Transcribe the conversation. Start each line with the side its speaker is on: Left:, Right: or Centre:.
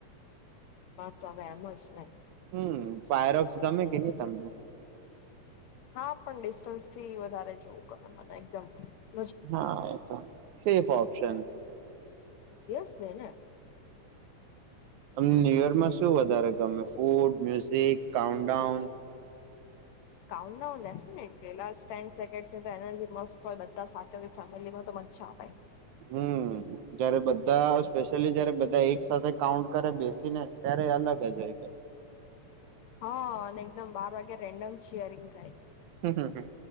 Left: તમે એમ જ ને.
Right: હમ ફાયરોક્સ ગમે કે નહી તમને
Left: હા પણ ડિસ્ટન્સ થી વધારે જોવું પડે મને એકદમ થી
Right: હા એ તો સેફ ઓપ્શન
Left: <inaudible>
Right: હમ ન્યુ ઇચર માં શું વધારે ગમે food music countdown
Left: countdown let's make પહેલા ટેન સેકન્ડસ માં તો એનર્જી મસ્ત રહે પણ બધા સાથે ફેમિલીમાં તો મજજા આવે
Right: હમ જયારે બધા સ્પેશિયલી જયારે બધા એક સાથે કાઉન્ટ કરે બેસીને ત્યારે અલગ જ હોય
Left: હા અને એકદમ બાર વાગે રેન્ડમ શિયરિંગ થાય
Right: હું હું